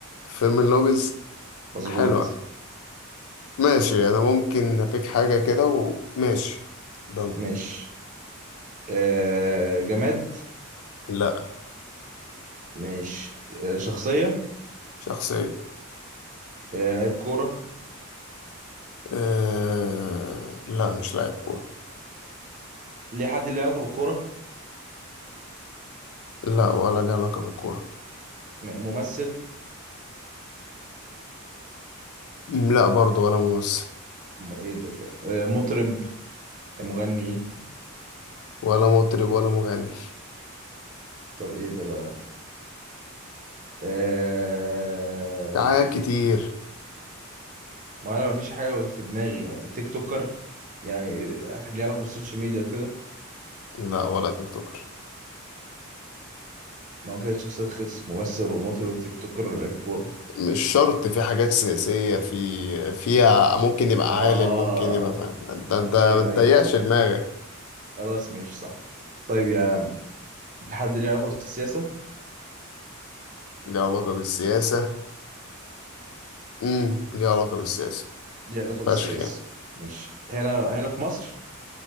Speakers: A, on the left (about 80°); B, on the right (about 35°).
A: فيلم اللوبيز
B: مظبوط
A: حلوة ماشي انا ممكن ابيك حاجة كده وماشي ضن
B: ماشي آه جماد
A: لا
B: ماشي آه شخصيه
A: شخصية
B: آه لعيب كوره
A: أه... لا مش لاعب كورة
B: ليه حد ليه علاقه بالكوره
A: لا ولا ليه علاقة بالكورة
B: م- ممثل
A: م، لا برضه ولا ممثل
B: م- ايه ده طيب آه مطرب مغني
A: ولا مطرب ولا مغني
B: طب ايه ده بقى آه
A: في حاجات كتير
B: ما انا مفيش حاجه في دماغي تيك توكر يعني ليه علاقه بالسوشيال ميديا وكده
A: لا ولا يوتيوبر
B: ما هو كده شخصيات خس ممثل ومطرب وتيك توكر ولاعيب كوره
A: مش شرط في حاجات سياسية في فيها ممكن يبقى
B: اه
A: عالم ممكن يبقى فاهم انت انت
B: ايوه
A: ما تضيقش
B: ايوه ايوه
A: دماغك
B: خلاص ماشي صح طيب يا عم حد ليه علاقه بالسياسه
A: ليه علاقة بالسياسة امم ليه علاقة بالسياسة
B: ليه علاقه بالسياسه
A: فشخ يعني.
B: ماشي هنا هنا في مصر